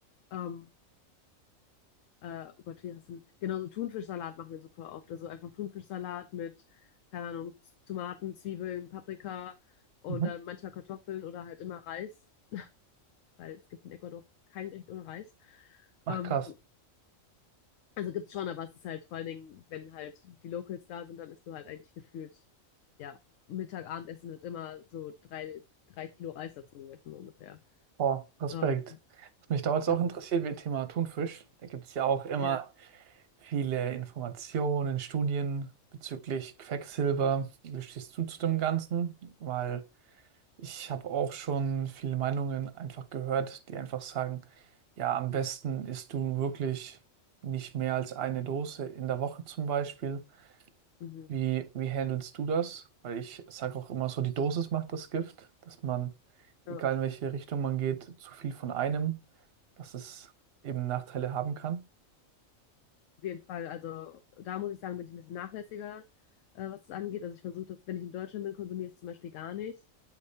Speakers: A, on the left; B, on the right.
A: ähm, äh, oh Gott, wie heißt das denn? Genau, so Thunfischsalat machen wir super oft. Also einfach Thunfischsalat mit, keine Ahnung, Tomaten, Zwiebeln, Paprika und
B: Mhm.
A: dann manchmal Kartoffeln oder halt immer Reis, weil es gibt in Ecuador kein Gericht ohne Reis.
B: Ach
A: Ähm,
B: krass.
A: Also gibt's schon, aber es ist halt vor allen Dingen, wenn halt die Locals da sind, dann isst du halt eigentlich gefühlt, ja, Mittag, Abendessen wird immer so drei, drei Kilo Reis dazu gegessen, so ungefähr.
B: Boah, Respekt.
A: Ähm,
B: Was mich da jetzt
A: das
B: auch interessiert,
A: ist,
B: wie Thema Thunfisch. Da gibt es ja auch immer
A: ja,
B: viele Informationen, Studien bezüglich Quecksilber. Wie stehst du zu dem Ganzen? Weil Ich habe auch schon viele Meinungen einfach gehört, die einfach sagen, ja, am besten isst du wirklich nicht mehr als eine Dose in der Woche zum Beispiel.
A: mhm.
B: Wie, wie handelst du das? Weil ich sage auch immer so, die Dosis macht das Gift, dass man,
A: Ja,
B: egal in welche Richtung man geht, zu viel von einem, dass es eben Nachteile haben kann.
A: auf jeden Fall. Also da muss ich sagen, bin ich ein bisschen nachlässiger, äh, was das angeht. Also ich versuche das, wenn ich in Deutschland bin, konsumiere ich es zum Beispiel gar nicht.